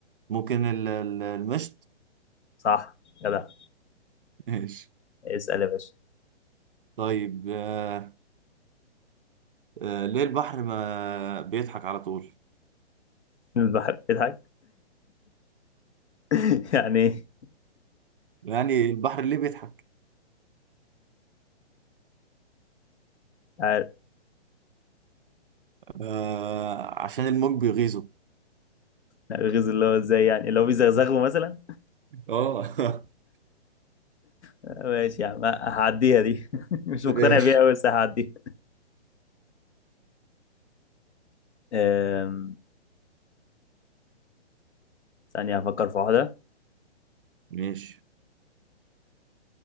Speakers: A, on the right; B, on the left.
A: ممكن ال- ال- المشط
B: صح جدع
A: ماشي
B: اسال يا باشا
A: طيب آه آه ليه البحر ما بيضحك على طول
B: <laughs> البحر بيضحك <laughs> يعني ايه
A: يعني البحر ليه بيضحك
B: عارف
A: آه عشان الموج بيغيظه
B: الغيظ اللي هو ازاي يعني اللي هو بيزغزغه مثلا
A: اه <laughs>
B: ماشي يا عم هعديها دي <laughs> مش مقتنع
A: ماشي
B: بيها قوي بس هعديها أم، ثانية هفكر في واحدة
A: ماشي